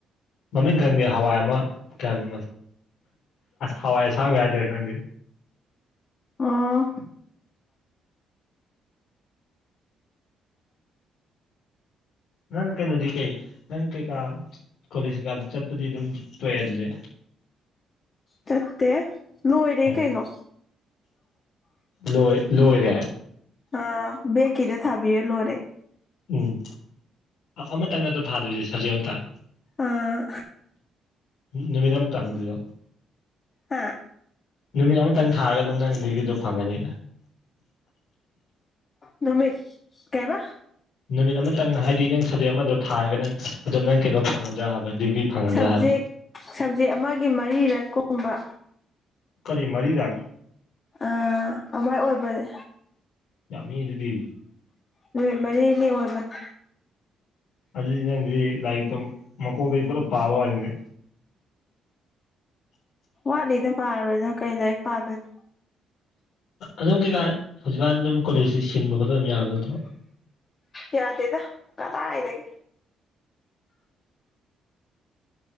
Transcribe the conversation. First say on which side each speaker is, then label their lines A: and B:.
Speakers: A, on the left; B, on the left.
A: ꯃꯃꯤꯡ ꯈꯪꯗꯦ ꯍꯋꯥꯏ ꯑꯃ ꯀꯌꯥꯅꯣ ꯍꯋꯥꯏ ꯑꯁꯥꯡꯕ ꯍꯥꯏꯗꯔ ꯈꯪꯗꯦ
B: ꯑ꯫
A: ꯅꯪ ꯀꯩꯅꯣꯗꯤ ꯀꯩ ꯅꯪ ꯀꯩꯀꯥ ꯀꯣꯂꯦꯖ ꯀꯩꯀꯥꯗꯤ ꯆꯠꯄꯗꯤ ꯑꯗꯨꯝ ꯇꯣꯛꯑꯦ ꯑꯗꯨꯗꯤ꯫
B: ꯆꯠꯇꯦ ꯂꯣꯏꯣꯏꯔ
A: ꯑꯣ
B: ꯀꯩꯅꯣ
A: ꯂꯣꯏ ꯂꯣꯏꯔꯦ
B: ꯑ ꯕ‌ꯦꯛꯀꯤꯗ ꯊꯕꯤ ꯂꯣꯏꯔꯦ
A: ꯎꯝ ꯑꯃꯇꯪ ꯅꯠꯇ ꯊꯥꯗꯣꯏꯁꯦ ꯁꯞꯖꯦꯛ ꯑꯃꯇꯪ
B: ꯑꯥ
A: ꯅꯨꯃꯤꯠ ꯑꯃ ꯇꯥꯡꯗꯣꯏꯔꯣ
B: ꯍꯥ
A: ꯅꯨꯃꯤꯠ ꯑꯃꯇꯪ ꯊꯥꯔꯒ ꯑꯗꯨꯝ ꯅꯪ ꯔꯤꯕꯤꯗꯣ ꯐꯪꯉꯅꯤ
B: ꯅꯨꯃꯤꯠ ꯀꯩꯌꯦꯕ
A: ꯅꯨꯃꯤꯠ ꯑꯃꯇꯪ ꯍꯥꯏꯗꯤ ꯅꯪ ꯁꯞꯖꯦꯛ ꯑꯃꯗꯣ ꯊꯥꯔꯒ ꯅꯪ ꯑꯗꯨꯝ ꯅꯪ ꯀꯩꯅꯣ ꯐꯪꯉꯗ꯭ꯔꯥ ꯍꯥꯏꯕ ꯗꯤꯒ꯭ꯔꯤ ꯐꯪꯉꯗ꯭ꯔꯥ
B: ꯁꯕꯖꯦꯛ
A: ꯍꯥꯏꯕ
B: ꯁꯕꯖꯦꯛ ꯑꯃꯒꯤ ꯃꯔꯤꯔꯛ ꯀꯨꯝꯕ
A: ꯀꯔꯤ ꯃꯔꯤꯔꯛ
B: ꯑꯥ ꯑꯃꯥꯏ ꯑꯣꯏꯕꯅꯦ
A: ꯌꯥꯝꯃꯦ ꯑꯗꯨꯗꯤ
B: ꯅꯨꯃꯤꯠ ꯃꯔꯤꯅꯤ ꯑꯣꯏꯕꯅꯤ
A: ꯑꯗꯨꯗꯤ ꯑꯩꯗꯨꯗꯤ ꯂꯥꯏꯔꯤꯛꯇꯣ ꯃꯀꯣꯛꯗꯩ ꯄꯨꯂꯞ ꯄꯥꯕ ꯋꯥꯅꯤꯅꯦ
B: ꯋꯥꯠꯂꯤꯗ ꯄꯥꯔꯣꯏꯅ ꯀꯩ ꯂꯥꯏꯔꯤꯛ ꯄꯥꯗꯣꯏꯅꯣ
A: ꯑꯗꯨꯝ ꯀꯩꯀꯥꯟ ꯍꯧꯖꯤꯛꯀꯥꯟ ꯑꯗꯨꯝ ꯀꯣꯂꯦꯖꯁꯤ ꯁꯤꯟꯕ ꯈꯣꯠꯄ ꯑꯗꯨꯝ ꯌꯥꯕ ꯅꯠꯇ꯭ꯔꯣ
B: ꯌꯥꯗꯦꯗ ꯀꯗꯥꯏꯗꯒꯤ